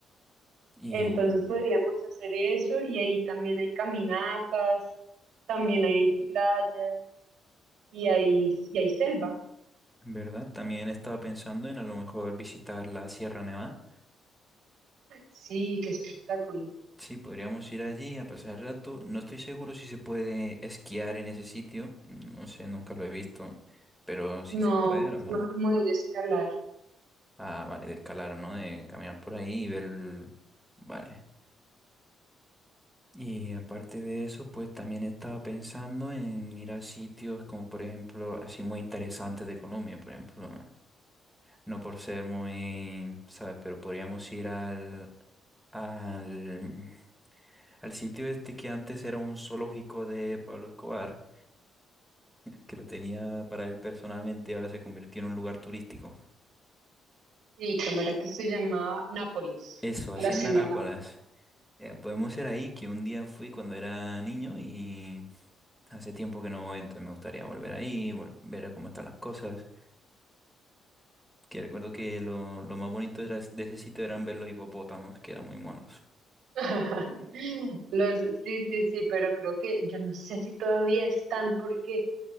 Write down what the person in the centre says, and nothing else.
Y,
¿verdad? También estaba pensando en a lo mejor visitar la Sierra Nevada.
Sí, podríamos ir allí a pasar el rato. No estoy seguro si se puede esquiar en ese sitio. No sé, nunca lo he visto. Pero si
se puede, a lo
mejor.
Ah, vale, de escalar, ¿no? De caminar por ahí y ver... el- Vale. Y aparte de eso, pues también estaba pensando en ir a sitios como, por ejemplo, así muy interesantes de Colombia, por ejemplo. No por ser muy, ¿sabes? Pero podríamos ir al, al, al sitio este que antes era un zoológico de Pablo Escobar, que lo tenía para él personalmente y ahora se convirtió en un lugar turístico.
Eso, Hacienda
Nápoles.
Eh, podemos ser ahí, que un día fui cuando era niño y hace tiempo que no voy, entonces me gustaría volver ahí, vol- ver cómo están las cosas. Que recuerdo que lo, lo más bonito era- de ese sitio eran ver los hipopótamos, que eran muy monos.